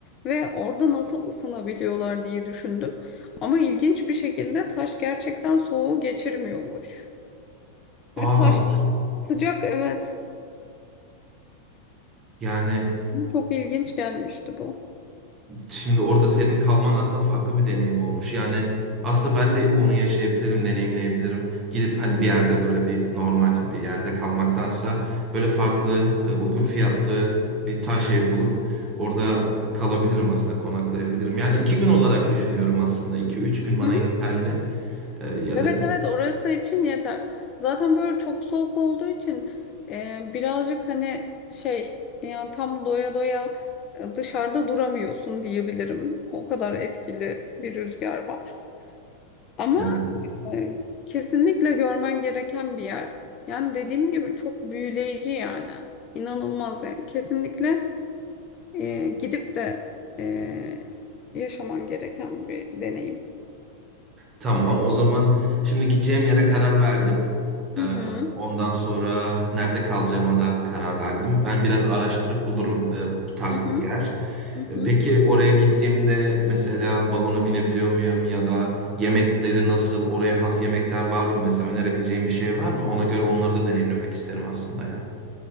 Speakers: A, on the left (about 30°); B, on the right (about 25°).
A: ve orada nasıl ısınabiliyorlar diye düşündüm. Ama ilginç bir şekilde taş gerçekten soğuğu geçirmiyormuş.
B: Aa
A: Ve taşlar sıcak evet.
B: yani
A: Çok ilginç gelmişti bu.
B: Şimdi orada senin kalman aslında farklı bir deneyim olmuş. Yani aslında ben de onu yaşayabilirim, deneyimleyebilirim. Gidip hani bir yerde böyle bir normal bir yerde kalmaktansa böyle farklı, e, uygun fiyatlı bir taş ev bulup orada kalabilirim aslında, konaklayabilirim. Yani iki gün olarak düşünüyorum aslında. İki, üç gün bana
A: <laughs>
B: yeterli. E, Ya
A: Evet
B: da
A: evet orası için yeter. Zaten böyle çok soğuk olduğu için e, birazcık hani şey yani tam doya doya e, dışarıda duramıyorsun diyebilirim. O kadar etkili bir rüzgar var. Ama
B: Evet.
A: e, kesinlikle görmen gereken bir yer. Yani dediğim gibi çok büyüleyici yani. İnanılmaz yani. Kesinlikle e, gidip de e, yaşaman gereken bir deneyim.
B: Tamam, o zaman şimdi gideceğim yere karar verdim. Ee,
A: Hı hı,
B: ondan sonra nerede kalacağıma da karar verdim. Ben biraz araştırıp bulurum e, bu tarz
A: hı hı,
B: bir yer.
A: hı
B: E,
A: hı.
B: peki oraya gittiğimde mesela balona binebiliyor muyum ya da yemekleri nasıl, oraya has yemekler var mı? Mesela önerebileceğim bir şey var mı? Ona göre onları da deneyimlemek isterim aslında ya.